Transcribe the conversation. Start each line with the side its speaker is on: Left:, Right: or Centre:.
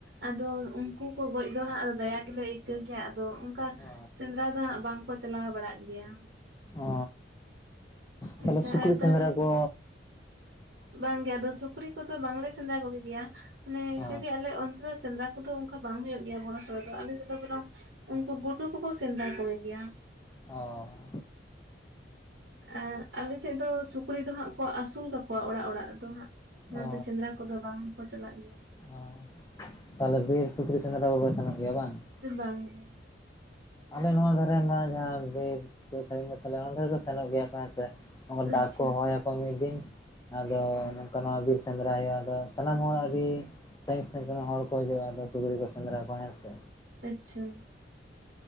Right: ᱟᱫᱚ ᱩᱱᱠᱩ ᱠᱚ ᱜᱚᱡ ᱫᱚ ᱦᱟᱸᱜ ᱫᱟᱭᱟ ᱜᱮᱞᱮ ᱟᱹᱭᱠᱟᱹᱶ ᱠᱟ. ᱣ ᱜᱮᱭᱟ ᱾ ᱟᱫᱚ ᱚᱱᱠᱟ
Left: ᱚ
Right: ᱥᱮᱸᱫᱽᱨᱟ ᱫᱚ ᱦᱟᱸᱜ ᱵᱟᱝᱠᱚ ᱪᱟᱞᱟᱣ ᱵᱟᱲᱟᱜ ᱜᱮᱭᱟ ᱾
Left: ᱚ ᱛᱟᱦᱚᱞᱮ
Right: ᱟᱪᱪᱷᱟ
Left: ᱥᱩᱠᱨᱤ
Right: ᱟᱨ ᱛᱟᱦᱚᱞᱮ
Left: ᱥᱮᱸᱫᱽᱨᱟ ᱠᱚ,
Right: ᱵᱟᱝᱜᱮ ᱟᱫᱚ ᱥᱩᱠᱨᱤ ᱠᱚᱫᱚ ᱵᱟᱝᱞᱮ ᱥᱮᱸᱫᱽᱨᱟ ᱠᱚᱜᱮᱭᱟ ᱾ ᱢᱟᱱᱮ
Left: ᱚ
Right: ᱡᱫᱤ ᱟᱞᱮ ᱛᱚᱵᱮ ᱥᱮᱸᱫᱽᱨᱟ ᱠᱚᱫᱚ ᱚᱱᱠᱟ ᱵᱟᱝ ᱦᱩᱭᱩᱜ ᱜᱮᱭᱟ ᱾ ᱵᱚᱲᱚ ᱥᱚᱲᱚ ᱫᱚ ᱟᱞᱮ ᱛᱮᱫᱚ ᱵᱚᱨᱚᱝ ᱩᱱᱠᱩ
Left: ᱚ
Right: ᱜᱩᱰᱩ ᱠᱚᱠᱚ ᱥᱮᱸᱫᱽᱨᱟ ᱠᱚᱜᱮ ᱜᱮᱭᱟ ᱾
Left: ᱚᱸ
Right: ᱟᱨ ᱟᱞᱮᱥᱮᱫ ᱫᱚ ᱥᱩᱠᱨᱤ ᱫᱚ ᱦᱟᱸᱜ ᱠᱚ ᱟᱹᱥᱩᱞ ᱠᱟᱠᱚᱣᱟ ᱚᱲᱟᱜ ᱚᱲᱟᱜ ᱾ ᱛᱚ ᱦᱟᱸᱜ ᱚᱱᱟᱛᱮ
Left: ᱚ
Right: ᱥᱮᱸᱫᱽᱨᱟ ᱠᱚᱫᱚ ᱵᱟᱝᱠᱚ ᱪᱟᱞᱟᱜ ᱜᱮᱭᱟ ᱾
Left: ᱚ ᱛᱟᱦᱞᱮ ᱵᱤᱨ ᱥᱩᱠᱨᱤ ᱥᱮᱸᱫᱽᱨᱟ ᱫᱚᱠᱚ ᱥᱮᱱᱚᱜ ᱜᱮᱭᱟ ᱵᱟᱝ ᱾
Right: ᱵᱟᱝ ᱜᱮ
Left: ᱟᱞᱮ ᱱᱚᱣᱟ ᱫᱷᱟᱨᱮ ᱢᱟ ᱡᱟᱦᱟᱸ ᱵᱤᱨᱥ ᱠᱚ ᱥᱟᱺᱜᱤᱧ ᱜᱮ ᱛᱟᱞᱮᱭᱟ ᱚᱱᱟ ᱫᱷᱟᱨᱮ ᱠᱚ ᱥᱮᱱᱚᱜ ᱜᱮᱭᱟ ᱠᱚ ᱦᱮᱸ ᱥᱮ᱾
Right: ᱟᱪᱪᱷᱟ
Left: ᱰᱟᱜ ᱠᱚ ᱦᱚᱦᱚ ᱭᱟᱠᱚ ᱢᱤᱜ ᱫᱤᱱ ᱟᱫᱚ ᱱᱚᱝᱠᱟ ᱱᱚᱣᱟ ᱵᱤᱨ ᱥᱮᱸᱫᱽᱨᱟ ᱦᱩᱭᱩᱜᱼᱟ ᱟᱫᱚ ᱥᱟᱱᱟᱢ ᱦᱚᱲᱟᱜ ᱟᱹᱰᱤ ᱥᱟᱺᱜᱤᱧ ᱥᱟᱺᱜᱤᱧ ᱠᱷᱟᱱ ᱦᱚᱲ ᱠᱚ ᱦᱤᱡᱩᱜᱼᱟ᱾ ᱟᱫᱚ ᱥᱩᱠᱨᱤ ᱠᱚ ᱥᱮᱸᱫᱽᱨᱟ ᱠᱚᱣᱟ ᱦᱮᱸ ᱥᱮ᱾
Right: ᱟᱪᱷᱟ